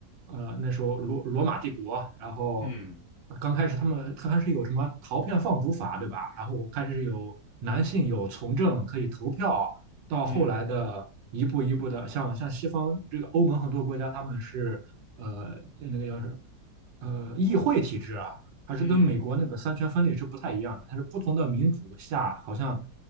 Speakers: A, on the right; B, on the left.
A: 呃那时候罗罗马帝国，然后
B: 嗯
A: 刚开始他们他还是有什么陶片放逐法，对吧？然后开始有男性有从政可以投票，到后来的一步一步的，
B: 嗯
A: 像像西方这个欧盟很多国家他们是呃那个叫是呃议会体制啊，还是跟美国那个三权分立是不太一样的。
B: 嗯
A: 它是不同的民主下，好像